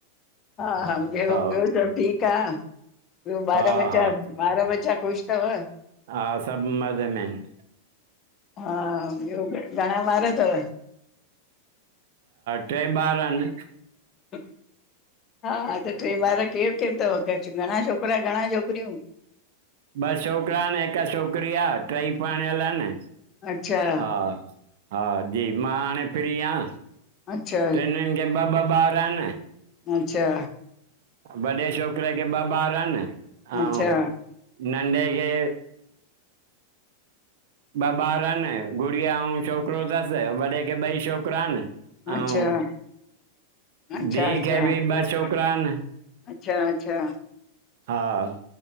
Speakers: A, on the left (about 30°); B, on the right (about 50°).
A: हा ह ॿियो
B: हा
A: सभु ठीकु आहे ॿियो ॿार
B: हा
A: ॿचा
B: हा
A: ॿार ॿचा ख़ुशि थव?
B: हा सभु मजें में आहिनि।
A: हा ॿियो घणा ॿार अथव
B: ट्रे ॿार आन।
A: <inaudible> हा, त ट्रे ॿार केरु केरु तव घणा छोकरा घणा छोकिरियूं?
B: ॿ छोकिरा आहिनि हिकु छोकिरी आहे टई पणियल आहिनि
A: अच्छा
B: हा हा जी मां हाणे फ्री आं।
A: अच्छा
B: ट्रिनिन खे ब ब बार इन।
A: अच्छा
B: वॾे छोकिरे खे ॿ ॿार इन अऊं।
A: अच्छा
B: नंॾे खे ॿ ॿार आहिनि गुड़िया ऐं छोकिरो अथसि वॾे खे ॿई छोकिरा आहिनि ऐं
A: अच्छा हा अच्छा
B: धीउ
A: अच्छा
B: खे बि ॿ छोकिरा आहिनि
A: अच्छा अच्छा।
B: हा